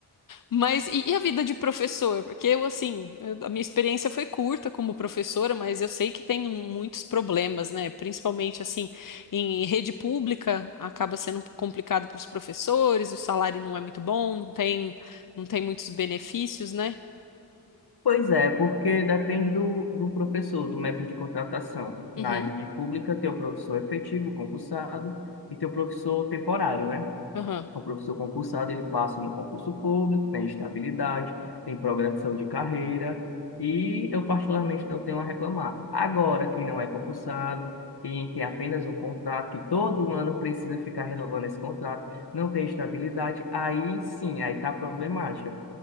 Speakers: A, on the left; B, on the left.
A: Mas e, e a vida de professor? Porque eu, assim, eu- a minha experiência foi curta como professora, mas eu sei que tem muitos problemas, né? Principalmente, assim, em rede pública, acaba sendo complicado para os professores, o salário não é muito bom, não tem, não tem muitos benefícios, né?
B: Pois é, porque depende do, do professor, do método de contratação.
A: Uhum,
B: Na rede pública, tem o professor é efetivo, concursado, e tem o professor temporário, né?
A: aham,
B: O professor concursado, ele passa no concurso público, tem estabilidade, tem progressão de carreira e eu particularmente não tenho a reclamar. Agora, quem não é concursado, quem tem apenas um contrato, que todo ano precisa ficar renovando esse contrato, não tem estabilidade, aí sim, aí está problemático